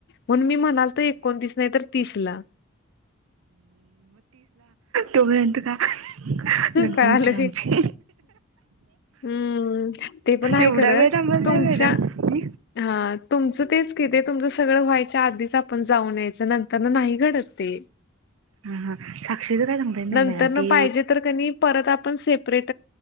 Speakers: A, on the left (about 55°); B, on the right (about 80°).
A: मी म लतो एकोणतीस नाही तर तिसला
B: तोम्ही एंत का लग्न
A: कळालं
B: होती आमची
A: हम्म ते पण आहे
B: एवढा
A: खरं
B: वेळमला
A: तुमच्या
B: वेला म
A: हां, तुमचं तेच की ते तुमचं सगळं व्हायच्या आधीच आपण जाऊन यायचं नंतर ना नाही घडत ते
B: हा हा साक्षीच काय सांगताय नाही
A: नंतरनं
B: ब्या ती
A: पाहिजे तर कणी परत आपण से परेट